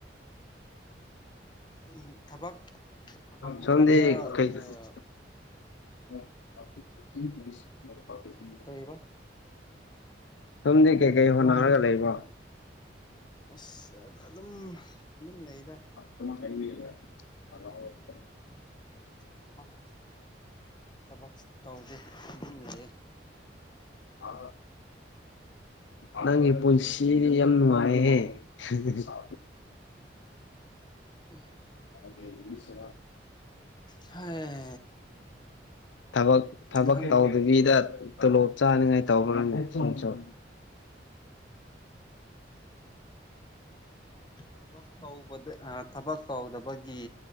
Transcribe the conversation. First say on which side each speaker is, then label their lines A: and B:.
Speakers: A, on the left; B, on the left.
A: ꯎꯝ ꯊꯕꯛ ꯊꯕꯛ ꯃꯐꯝꯗ
B: ꯁ <unintelligible> ꯁꫭꯝꯗꯤ ꯀꯩ
A: ꯑꯥ
B: <unintelligible>
A: ꯀ꯭ꯔꯤꯕ
B: ꯇꯨꯝꯗꯤ ꯀꯩꯀꯩ ꯍꯣꯠꯅꯔꯒ ꯂꯩꯕꯥ
A: ꯑꯁ ꯑꯗꯨꯝ ꯑꯗꯨꯝ ꯂꯩꯗ
B: ꯁ ꯀꯩꯅꯔ ꯑ <unintelligible>
A: ꯊꯕꯛ ꯊꯕꯛ ꯇꯧꯗꯦ ꯑꯗꯨꯝ ꯂꯩꯑꯦ
B: ꯑ ꯅꯪꯒꯤ ꯄꯨꯟꯁꯤꯗꯤ ꯌꯥꯝ ꯅꯨꯡꯉꯥꯏꯍꯦ ꯍ
A: ꯎ
B: ꯑꫭ ꯕꯦ ꯂꯤ ꯁꯥ
A: ꯍ
B: ꯊꯕꯛ ꯊꯕꯛ
A: ꯈꯪ
B: ꯇꯧꯗꯕꯤꯗ ꯇꯣꯂꯣꯞ ꯆꯥꯅꯤꯡꯉꯥꯏ ꯇꯧꯕ꯭ꯔꯅꯦ ꯁꯨꯝ ꯁꯨꯝ
A: ꯊꯕꯛ ꯇꯧꯕꯗ ꯑ ꯊꯕꯛ ꯇꯧꯗꯕꯒꯤ